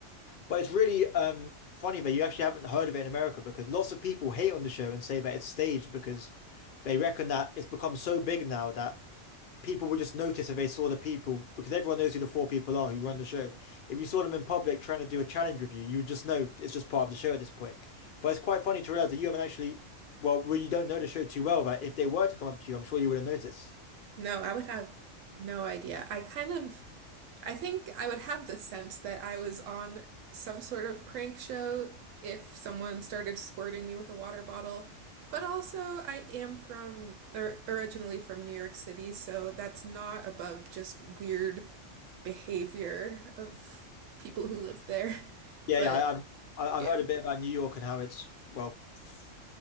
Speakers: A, on the left; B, on the right.
A: but it's really um, funny that you actually haven't heard of it in America because lots of people hate on the show and say that it's staged because they reckon that it's become so big now that people would just notice if they saw the people because everyone knows who the four people are who run the show. If you saw them in public trying to do a challenge with you, you would just know it's just part of the show at this point. But it's quite funny to realize that you haven't actually, well, well, you don't know the show too well that if they were to come up to you, I'm sure you would have noticed.
B: No, I would have no idea. I kind of I think I would have the sense that I was on some sort of prank show if someone started squirting me with a water bottle. But also, I am from, or originally from New York City, so that's not above just weird behavior of people who live there. <laughs>
A: Yeah,
B: But
A: yeah, I, I've I- I've
B: yeah.
A: heard a bit about New York and how it's, well, f